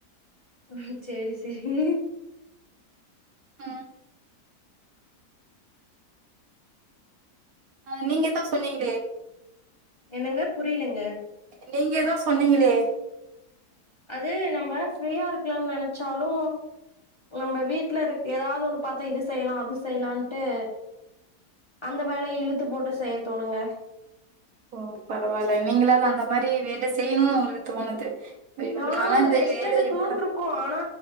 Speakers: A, on the left; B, on the right.
A: ம் சேரி சரி
B: ஆ அ நீங்க எதோ சொன்னீங்ளே
A: என்னங்க புரிலெங்க
B: நீங்க எதோ சொன்னீங்களே
A: அது நம்ப ஃப்ரீயா இருக்லான் நெனச்சாலு நம்ம வீட்ல இரு எதாவ்து ஒன்னு பாத்து இது செய்லா அது செய்லான்ட்டு அந்த வேலய இழுத்து போட்டு செய்ய தோணுங்க
B: ஓ பரவால்ல நீங்ளாது அந்த மாரி வேல செய்னு உங்களுக்கு தோணுது ஐயோ
A: ஓ
B: நாலா இந்த
A: ரெஸ்ட்
B: வேல
A: எடுக்கணுன்ருக்கு
B: எப்படா
A: ஆனா